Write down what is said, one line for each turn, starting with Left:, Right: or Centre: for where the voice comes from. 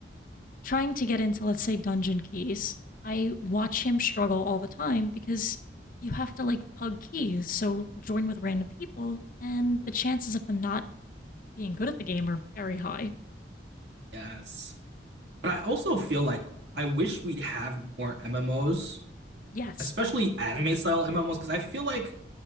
Left: trying to get into, let's say, dungeon keys, I watch him struggle all the time because you have to like pug keys, so join with random people, and the chances of them not being good at the game are very high.
Right: Yes. But I also feel like I wish we'd have more MMOs,
Left: Yes.
Right: especially anime style MMOs, because I feel like